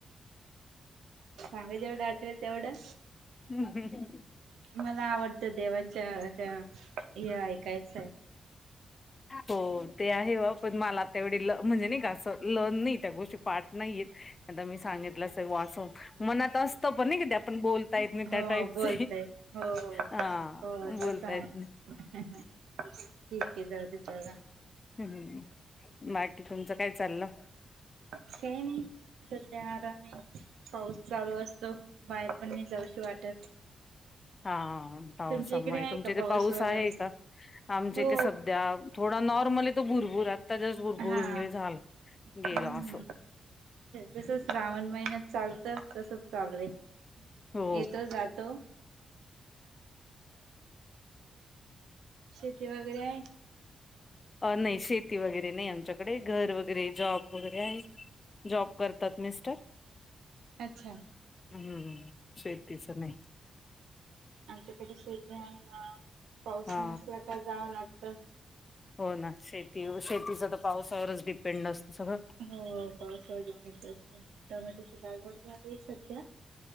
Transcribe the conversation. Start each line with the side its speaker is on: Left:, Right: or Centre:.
Right: सांगा जेवढं
Left: <unintelligible>
Right: आठवेल तेवढं
Left: हम्म हम् <unintelligible>
Right: मला आवडतं देवांच्या त्या एआय ऐकायचं.
Left: हो ते आहे बा पण मला आ त्यावढी ल म्हणजे नाही का असं लन नाही त्या गोष्टी पाठ नाहीयेत. आता मी सांगितलं अस वाचू मनात असतं पण नाही का आपण बोलत यत नाही त्या
Right: हो
Left: टाईपच
Right: बोलतय हो हो
Left: हा बोलतायेत
Right: तसं आहे
Left: नाही.
Right: ठीक हाय जाऊदे चला <unintelligible>
Left: हम्म् बाकी तुमचं काय चाललं?
Right: आमच काय नाही सध्या आराम आहे. पाऊस चालू असतो बाहेर पण नाही जाऊशी वाटत.
Left: हा हा हा पावसामुळे
Right: तुमच्या इकडे आहे
Left: तुमच्या
Right: का
Left: इथे पाऊस
Right: वगैरे
Left: आहे का? आमच्या
Right: हो
Left: इथे सध्या नॉर्मल हाय भुरभुरत त्याच्याच बुरबुरुंगले
Right: हा
Left: झालं गेलं
Right: हम्म
Left: असं
Right: जस श्रावण महिन्यात चालतं तसच चालू हाय.
Left: हो
Right: येतो जातो. शेती वगैरे हाय?
Left: अ नाही शेती वगैरे नाही आमच्याकडे घर वगैरे जॉब वगैरे आहे जॉब करतात मिस्टर?
Right: अच्छा.
Left: हम् हम्म शेतीचं नाय.
Right: आमच्याकडे शेती हाय ना पाऊस
Left: हा
Right: नसला की जावं लागतं.
Left: हो ना शेतीच तर पावसावरच डिपेंड असतं सगळं.
Right: हो पावसावरच डिपेंड असतं टोमॅटोची लागवड झाल्या सध्या.